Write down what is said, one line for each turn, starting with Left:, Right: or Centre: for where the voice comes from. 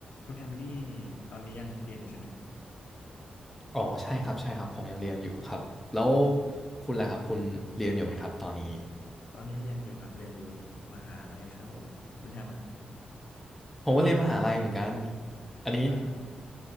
Left: คุณแฮมนี่ตอนนี้ยังเรียนอยู่ใช่ไหมครับ
Centre: อ๋อใช่ครับใช่ครับผมยังเรียนอยู่ครับแล้วคุณล่ะครับคุณเรียนอยู่ไหมครับตอนนี้
Left: ตอนนี้เรียนอยู่ครับเรียนอยู่มหาลัยครับผมคุณแฮมอ่ะ
Centre: ผมก็เรียนมหาลัยเหมือนกันอันนี้
Left: อ่า